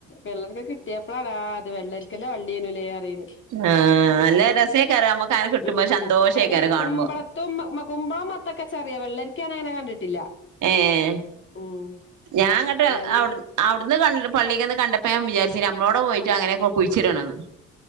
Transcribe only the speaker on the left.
വെള്ളരിക്ക കിട്ടി യാപ്പിള അത് വെള്ളരിക്കന്റെ വള്ളിയേനുലേ അറിയേന്
ഉം
അയിനെ
കുമ്പളത്തും കുമ്പളം മത്തൻ തൊക്കെ ക്കച്ചറിയ വെള്ളരിക്ക ഞൻ അങ്ങനെ കണ്ടിട്ടില്ല
ഉം
എലൊന്നും